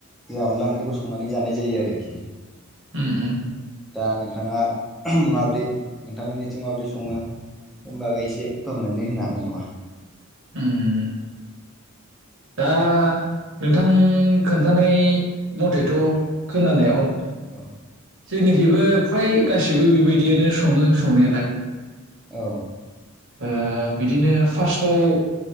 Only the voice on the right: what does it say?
उम उम
उम दा नोंथां खोन्थानाय मथेथ' खोनानायाव
जोंनिखबो फ्राय गासिबो बेबायदियानो सङो संनायालाय
ओ बिदिनो फार्स्टआव ओ